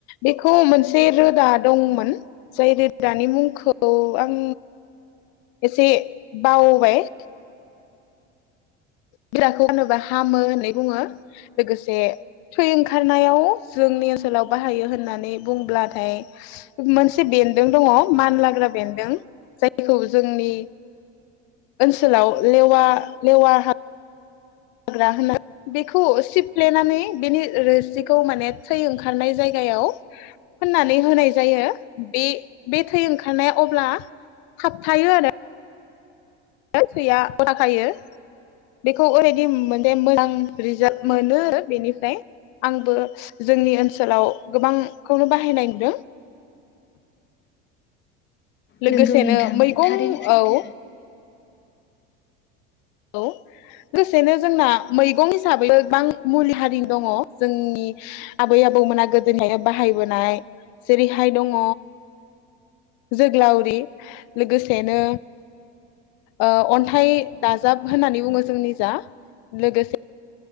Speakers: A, on the left; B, on the left.
A: बेखौ मोनसे रोदा दंमोन जाय रोदानि मुंखौ औ आं एसे बावबाय बि <unintelligible> खौ होनोबा हामो होननानै बुङो। लोगोसे थै ओंखारनायाव जोंनि ओनसोलाव बाहायो होननानै बुंब्लाथाय मोनसे बेदों दङ मानलाग्रा बेन्दों जायखौ जोंनि ओनसोलाव लेवा लेवा हा हाग्रा होननानै बेखौ सिफ्लेनानै बेनि रोसिखौ माने थै ओंखारनाय जायो गायाव फोनानै होनाय जायो बे बे थै ओंखारनाया अब्ला थाबथायो आरो सैया थाखायो बेखौ ओरैदि मोने मोजां रिजाल्ट मोनो आरो बेनिफ्राय आंबो जोंनि ओनसोलाव गोबां खौनो बाहायनाय नुदों लोगोसेनो
B: नोंगौ नोंथां
A: मैगं
B: थारैनो सैथो
A: औ औ लोगोसेनो जोंना मैगं हिसाबै गोबां मुलि हारि दङ जोंनि आबै आबौमोना गोदोनिफाय बाहायबोनाय जेरैहाय दङ जोगलावरि लोगोसेनो ओ अन्थाइ दाजाब होननानै बुङो जोंनिजा लोगोसे